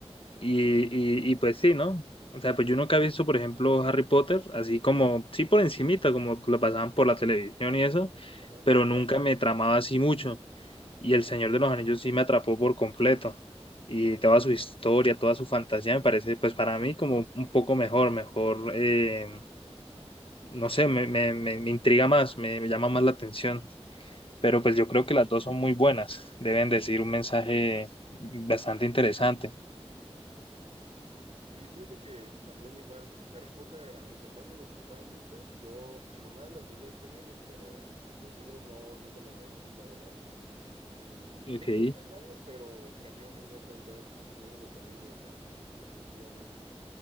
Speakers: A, on the left (about 55°); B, on the right (about 70°).
A: Y, y, y pues sí, ¿no? O sea, pues yo nunca he visto, por ejemplo, Harry Potter, así como, sí por encimita, como lo pasaban por la televisión y eso,
B: Ajá.
A: pero nunca me tramaba así mucho. Y El Señor de los Anillos sí me atrapó por completo. Y toda su historia, toda su fantasía me parece, pues para mí como un poco mejor, mejor, eh, no sé, me, me, me, me intriga más, me me llama más la atención pero pues yo creo que las dos son muy buenas, deben decir un mensaje bastante interesante.
B: Sí, fíjate que también igual, de Harry Potter a mis hermanos les gustaba mucho, yo pues nomás las veía ahí con ellos, pero los libros no, nunca los leí, la verdad, y
A: Ok.
B: no me desagrada, pero prefiero mil veces ver El Señor de los Anillos, ¿no? Definitivamente.